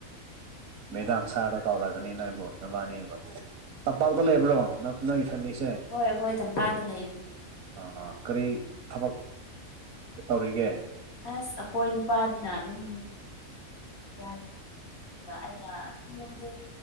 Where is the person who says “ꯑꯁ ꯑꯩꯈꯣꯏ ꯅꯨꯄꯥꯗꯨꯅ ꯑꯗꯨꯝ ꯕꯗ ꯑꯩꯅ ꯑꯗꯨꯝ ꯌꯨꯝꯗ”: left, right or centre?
Left